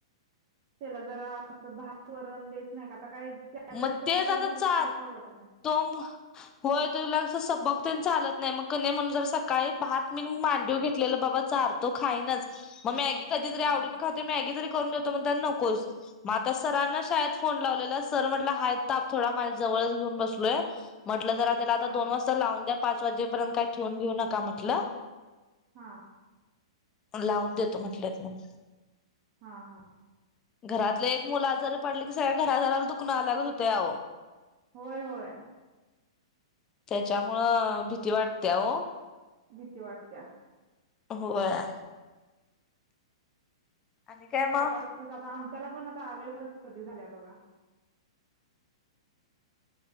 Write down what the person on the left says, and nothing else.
मग
तेच
आता
चार
तो म होय तुला सपक तेन चालत नाही. मग कनि म्हणून जरासं सकाळी भात मी मांडीवर घेतलेलं बाबा चार तो. खाईनाच मग मॅगी कधीतरी आवडीन
खातोय मॅगी. तरी करून देतो म्हणतांन नको. मग आता सरांना शाळेत फोन लावलेला. तर म्हटलं आहे ताप थोडा माझ्या जवळ घेऊनच बसलोय. म्हटलं जरा आता
दोन वाज ता लावून द्या. पाच वाजेपर्यंत काय ठेवून नका म्हटलं.
लावून देतो म्हटल्यात मग.
घरातले एक मुल आजारी पडल की, सगळ्या घरादाराला दुखण आल्यागत होतय अहो.
त्याच्यामुळं भीती वाटते हो.
होय. आणि काय
मग